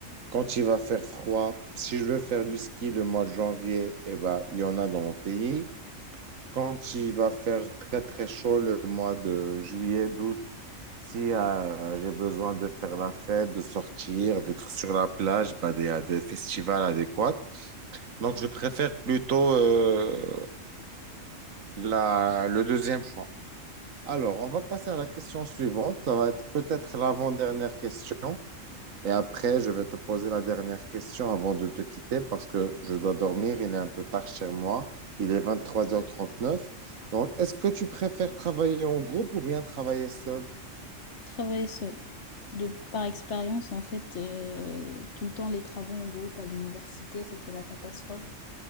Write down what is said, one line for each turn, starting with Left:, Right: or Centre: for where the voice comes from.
Right: Quand il va faire froid, si je veux faire du ski le mois de janvier, eh ben, il y en a dans mon pays. Quand il va faire très très chaud le mois de juillet, d'août, si euh, j'ai besoin de faire la fête, de sortir, d'être sur la plage, bah, il y a des festivals adéquats. Donc je préfère plutôt euh, la, le deuxième choix. Alors, on va passer à la question suivante. Ça va être peut-être l'avant-dernière question. Et après, je vais te poser la dernière question avant de te quitter parce que je dois dormir. Il est un peu tard chez moi. Il est vingt-trois heures trente-neuf. Donc, est-ce que tu préfères travailler en groupe ou bien travailler seul?
Left: Travailler seul. De par expérience, en fait, euh, tout le temps les travaux en groupe à l'université, c'était la catastrophe.